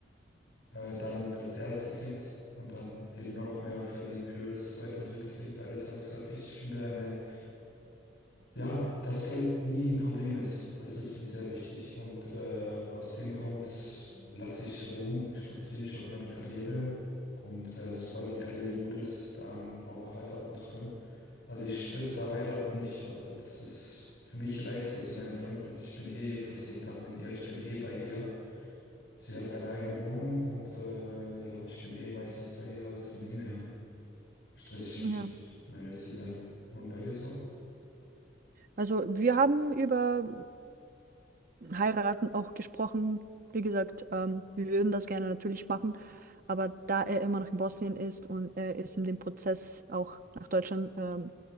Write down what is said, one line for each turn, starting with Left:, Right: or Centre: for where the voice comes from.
Left: Äh, dann das erste Kind und dann eben noch mehr verdienen für das zweite und dritte Kind, weil ich es einfach sehr wichtig finde, eine Ja, dass Geld nie ein Problem ist, das ist mir sehr wichtig und äh, aus dem Grund lasse ich es ruhen. Ich konzentriere mich auf meine Karriere und äh, sobald die Karriere gut ist, dann auch heiraten zu können. Also ich stress da heiraten nicht. Also das ist für mich reicht, dass sie meine Freundin ist. Ich bin eh fast jeden Tag mit ihr. Ich bin eh bei ihr. Sie hat eine eigene Wohnung und äh, ja, ich bin eh meistens bei ihr. Also von dem her stress ich mich
Right: Ja.
Left: da nicht, um ehrlich zu sein. Und bei dir so?
Right: Also wir haben über Heiraten auch gesprochen. Wie gesagt, ähm, wir würden das gerne natürlich machen, aber da er immer noch in Bosnien ist und er ist in dem Prozess auch nach Deutschland ähm,